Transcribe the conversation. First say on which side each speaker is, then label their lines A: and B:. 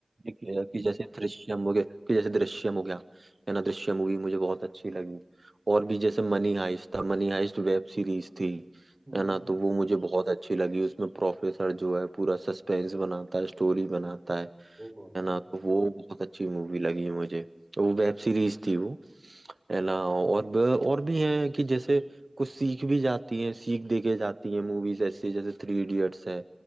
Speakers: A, on the right (about 55°); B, on the right (about 15°).
A: देखिए कि जैसे दृश्यम हो गया कि जैसे दृश्यम हो गया है ना दृश्यम मूवी मुझे बहुत अच्छी लगी और भी जैसे मनी हाइस्ट था मनी हाइस्ट वेब सीरीज थी
B: हम्म,
A: है ना तो वो मुझे बहुत अच्छी लगी उसमें प्रोफेसर जो है पूरा सस्पेंस बनाता है स्टोरी बनाता है
B: वो बहुत
A: है
B: है
A: ना तो वो बहुत अच्छी मूवी लगी मुझे वो वेब सीरीज थी वो है ना और ब- और भी हैं कि जैसे कुछ सीख भी जाती हैं सीख देके जाती हैं मूवीज ऐसे जैसे थ्री इडियट्स है